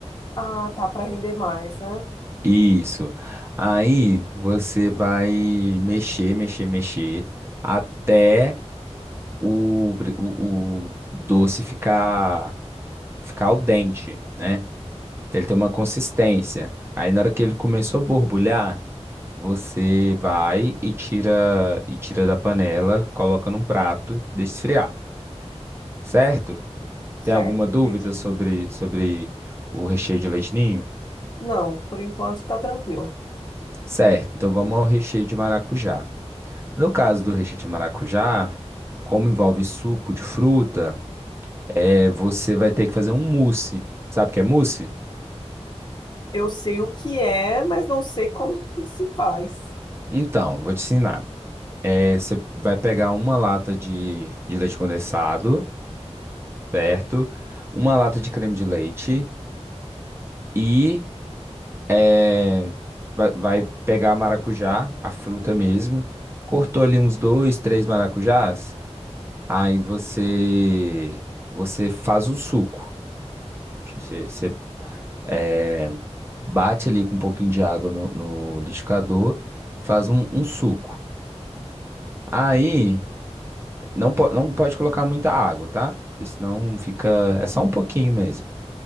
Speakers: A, on the left (about 40°); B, on the right (about 20°).
A: Ah, tá, para render mais, né?
B: Isso. Aí você vai mexer, mexer, mexer até o, bri- o, o doce ficar ficar al dente, né? Até Ele ter uma consistência. Aí na hora que ele começou a borbulhar, você vai e tira e tira da panela, coloca num prato, deixa esfriar, certo?
A: Certo,
B: Tem alguma dúvida
A: entendi.
B: sobre sobre o recheio de leite ninho?
A: Não, por enquanto tá tranquilo.
B: Certo. Então vamos ao recheio de maracujá. No caso do recheio de maracujá, como envolve suco de fruta, é, você vai ter que fazer um mousse. Sabe o que é mousse?
A: Eu sei o que é, mas não sei como <laughs> se faz.
B: Então, vou te ensinar. É, você vai pegar uma lata de, de leite condensado, certo? Uma lata de creme de leite e é, vai, vai pegar a maracujá, a fruta mesmo. Cortou ali uns dois, três maracujás. Aí você, você faz o suco. Você, você, é, bate ali com um pouquinho de água no, no liquidificador, faz um, um suco. Aí não, po não pode colocar muita água, tá? Porque senão fica. É só um pouquinho mesmo.